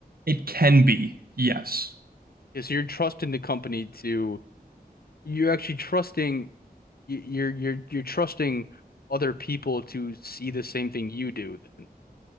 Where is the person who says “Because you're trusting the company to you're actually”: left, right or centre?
Left